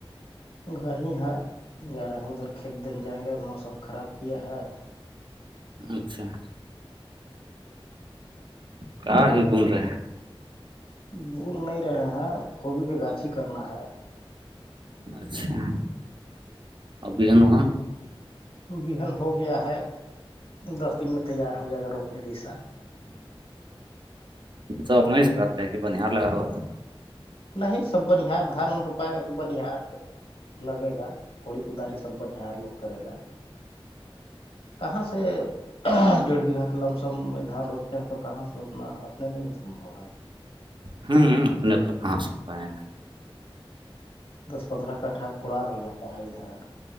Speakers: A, on the left; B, on the right.
A: گھر میں ہے ادھر کھیت بن جائیں گے موسم خراب کیا ہے-
B: اچھا کا ہی بون رہ ہیں-
A: بھول نہیں رہا کو بھی گاچی کرنا ہے-
B: اچھا، اور بیرن موہن
A: بہن ہو گیا ہے دس دن میں تیار ہو جائے گا روپنے جیسا-
B: سپ نہیں س کرتے ہیں کہ بانی ہار لگا ہو-
A: نہیں سب بن ہار دھان و روپائے گا تو بن ہار- لگے گا کوڑی کوداری سب بنیہار لوگ کرے گا- کہاں سے- ڈیڑھ بیگھہ کے لم سم میں دھان روکتے ہیں تو کہاں سے اتنا اپنے نہیں سمبھو ہے-
B: ہوں اپنے تو کہاں سےتا ہے-
A: دس پندرہ کٹھا کڑار ہو جاتا ہے ادھر-